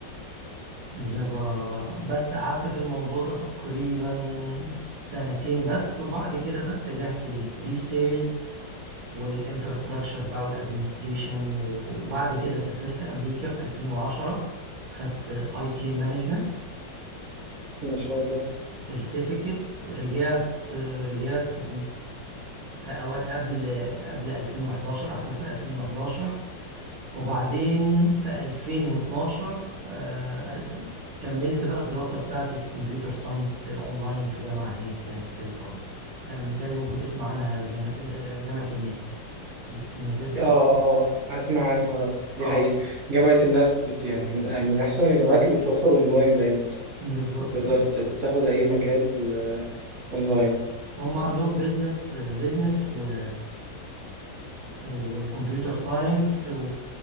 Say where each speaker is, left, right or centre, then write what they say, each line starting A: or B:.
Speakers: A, on the right; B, on the right.
A: جافا بس قعدت في الموضوع ده تقريبا سنتين بس وبعد كده بقى اتجهت للبري سيلز والانفراستراكشر بقى والادمنستريشن وبعد كده سافرت امريكا في 2010 خدت اي تي مانجمنت
B: ما شاء الله
A: سيرتيفيكت رجعت رجعت في أوا- قبل قبل 2011 احداث 2011 وبعدين في 2012 آه، كملت بقى الدراسة بتاعتي في كمبيوتر ساينس اونلاين في جامعة هناك يعني في كاليفورنيا آه، متهيألي ممكن تسمع عنها زي- آه، جامعة الناس University
B: اه
A: of
B: اه أسمع عنها دي
A: اه
B: حقيقة جامعة الناس بت يعني من من أحسن الجامعات اللي بتوفر أونلاين دايما
A: بالظبط
B: تقدر تاخد أي مجال آه، اونلاين
A: هم عندهم بيزنس بيزنس و وكمبيوتر ساينس و...